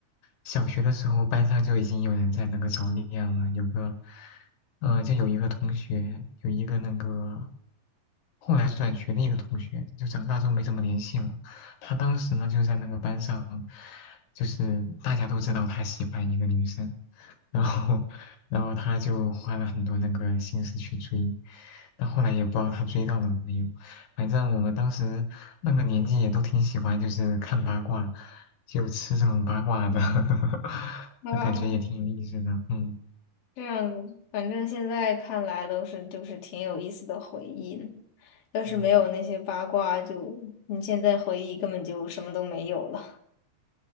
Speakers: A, on the left; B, on the left.
A: 小学的时候，班上就已经有人在那个早恋了，有个，呃，就有一个同学，有一个那个后来转学的一个同学，就长大之后没怎么联系了。他当时呢，就在那个班上，就是大家都知道他喜欢一个女生。然后，然后他就花了很多那个心思去追，但后来也不知道他追到了没有。反正我们当时那个年纪也都挺喜欢，就是看八卦，就吃这种八卦的，<laughs>
B: 啊
A: 感觉也挺有意思的。嗯
B: 这样子，反正现在看来都是就是挺有意思的回忆呢。要是没有那些八卦就，
A: 嗯
B: 你现在回忆根本就什么都没有了。